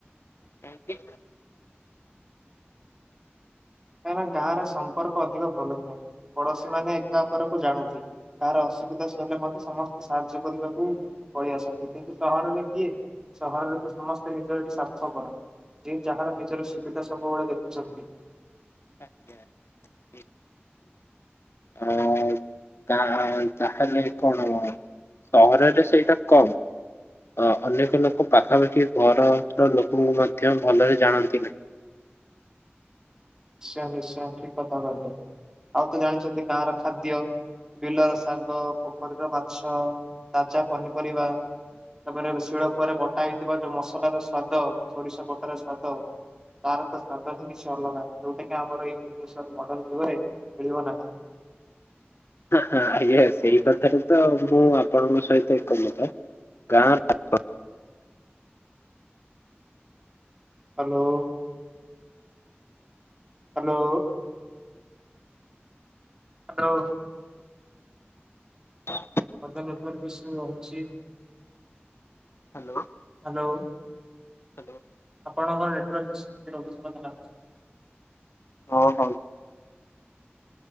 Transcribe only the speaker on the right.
କାହିଁକିନା ଗାଁରେ ସମ୍ପର୍କ ଅଧିକ ଭଲ ଥାଏ, ପଡୋଶୀ ମାନେ ଏକା ଉପରକୁ ଜାଣନ୍ତି। କାହାର ଅସୁବିଧା ସରିଲେ ମତେ, ସମସ୍ତେ ସାହାଯ୍ୟ କରିବାକୁ ପଳେଇ ଆସନ୍ତି, କିନ୍ତୁ ସହରରେ କିଏ ସହରରେ ତ ସମସ୍ତେ ନିଜ ଏଠି ସ୍ୱାର୍ଥ ପର। ଯିଏ ଯାହାର ନିଜର ସୁବିଧା ସବୁବେଳେ ଦେଖୁଛନ୍ତି।
ନିଶ୍ଚୟ ନିଶ୍ଚୟ ଠିକ କଥା କହିଲେ ଆଉ ତ ଜାଣିଛନ୍ତି ଗାଁର ଖାଦ୍ୟ। ବିଲର ଶାଗ ପୋଖରୀର ମାଛ ତାଜା ପନିପରିବା। ତାପରେ ଶିଳ କୁଆରେ ବଟା ହେଇଥିବା ଯୋଉ ମସଲାର ସ୍ଵାଦ ସୋରିଷ ବଟାର ସ୍ଵାଦ। ତାର ତ ସୁଆଦ ହିଁ କିଛି ଅଲଗା ଯୋଉଟା କିି ଆମର ଏଇ ଭୁବନେଶ୍ଵର ମଡନ ଯୁଗରେ ମିଳିବ ନାହିଁ।
ହାଲୋ। ହାଲୋ। ହାଲୋ।
ଅଧେ ନେଟୱାର୍କ ଇଶୁ ରହୁଚି।
ହାଲୋ।
ଆପଣଙ୍କର ନେଟୱାର୍କ ଇଶୁ ଟିକିଏ ରହୁଛି ମତେ ଲାଗୁଚି।